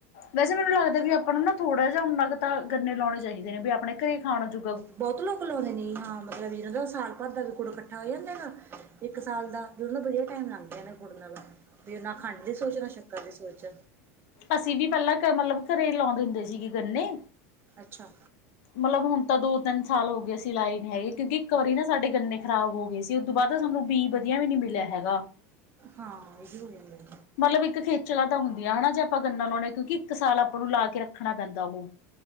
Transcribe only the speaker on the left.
ਵੈਸੇ ਮੈਨੂੰ ਲੱਗਦਾ ਵੀ ਆਪਾਂ ਨੂੰ ਨਾ ਥੋੜਾ ਜਾ ਉੰਨਾ ਕੁ ਤਾਂ ਗੰਨੇ ਲੋਣੇ ਚਾਹੀਦੇ ਨੇ ਬੀ ਅਪਣੇ ਘਰੇ ਖਾਣ ਜੋ
ਅਸੀ ਵੀ ਪੈਲਾਂ ਕ ਮਤਲਬ ਘਰੇ ਈ ਲੋਂਦੇ ਹੁੰਦੇ ਸੀਗੇ ਗੰਨੇ।
ਮਲਬ ਹੁਣ ਤਾਂ ਦੋ ਤਿੰਨ ਸਾਲ ਹੋ ਗਏ ਅਸੀ ਸੀ ਲਾਏ ਨੀ ਹੈਗੇ। ਕਿਉਂਕਿ ਇੱਕ ਵਾਰੀ ਨਾ ਸਾਡੇ ਗੰਨੇ ਖ਼ਰਾਬ ਹੋ ਗਏ ਸੀ। ਉਦੂ ਬਾਦ ਸਾਨੂੰ ਬੀ ਵਧੀਆ ਵੀ ਨੀ ਮਿਲਿਆ ਹੈਗਾ।
ਮਲਬ ਇੱਕ ਖੇਚਲਾ ਤਾਂ ਹੁੰਦੀਆਂ ਹਨਾ ਜੇ ਆਪਾਂ ਗੰਨਾ ਲੋਂਣੇ ਕਿਉਂਕਿ ਇੱਕ ਸਾਲ ਆਪਾਂ ਨੂੰ ਲਾ ਕੇ ਰੱਖਣਾ ਪੈਂਦਾ ਓਹ।